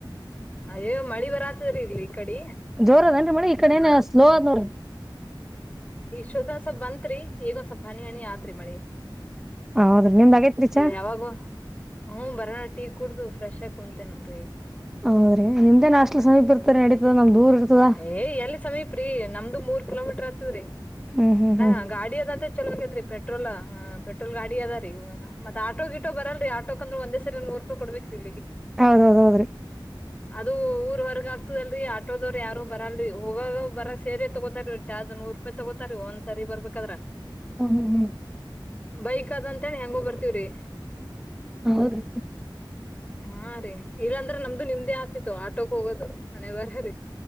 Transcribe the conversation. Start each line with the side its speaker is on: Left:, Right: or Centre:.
Left: ಅಯ್ಯೋ ಮಳಿ ಬರಾತದರಿ ಇಲ್ಲಿ ಈ ಕಡೆ
Centre: ಜೋರ ಅದೇನ್ರಿ ಮಳಿ ಈ ಕಡ ಏನ ಸ್ಲೋ ಅ ಆದ ನೋಡ್ರಿ
Left: ಟಾಟಾನ ಸ್ವಲ್ ಬಂತತ್ರಿಗಂದ ಸ್ವಪ ಹನಿ ಹನಿ ಆತ್ರಿ ಮಿ
Centre: ಹೌದ್ರಿ ನಿಮ್ದ್ ಆಗೇತ್ರಿ ಚಾ
Left: ಯಾವಾಗ ಹ್ಮ ಬರೋಣ ಟೀ ಕುಡ್ದ ಫ್ರೆಶ್ ಆಗಿ ಕುಂತೇನಿ ನೋಡ್ರಿ
Centre: ಹೌದ್ರೀ ನಿಮ್ದೇ ನಾಷ್ಟಟ್ಲ ಸಮೀಪ್ ಇರ್ತ ನಡೀತದ ನಮ್ದು ದೂರ ಇರ್ತದ
Left: ಏ ಎಲ್ಲಿ ಸಮೀಪ ರೀ ನಮ್ದು ಮೂರ್ ಕಿಲೋಮೀಟರ್ ಆತದ್ರೀ
Centre: ಹ್ಮ್ ಹ್ಮ್
Left: ನಾ
Centre: ಹ್ಮ್
Left: ಗಾಡಿಯದಂತ, ಚಲಾಕತ್ರಿ ಪೆಟ್ರೋಲ್ ಗಾಡಿ ಇದೇ ರೀ ಆಟ ಆಟ ವರ್ಲ್ಡ್ರಿ ಮತ್ತೆ ಆಟೋ ಕಂದರು ಒಂದೇ ಸರಿ ನೋಡ್ಕೋ ಕೊಡಬೇಕ್ರಿ
Centre: ಹೌದೌದೌದ್ರಿ
Left: ಅದು ಊರುಹೊರಗೆ ಕತ್ತಲ್ರಿ ಆಟೋದವರು ಯಾರು ಬರಲ್ರಿ ಹೋಗಾಗ ಬರ ಸೇರಿ ತಗೋತಾರಿ ಚಾರ್ಜ ನೂ ರೂಪಾಯಿ ತಗೋತಾರೀ ಒಂದ್ ಸರಿ ಬರ್ಬೇಕಾದ್ರ, <unintelligible>
Centre: ಹ ಹ ಹ
Left: ಬೈಕ್ ಅಂತ ಹೇಳಿ ಹೆಂಗ ಬರ್ತೀವ್ರಿ
Centre: ಹೌದು
Left: ಹಾ ರೀ ಇಲ್ಲಾಂದ್ರೆ ನಮ್ದು ನಿಮ್ದೇ ಆತಿತ್ತು ಆಟೋಕ್ ಹೋಗೋದು ಹಣೆ ಬರಹ,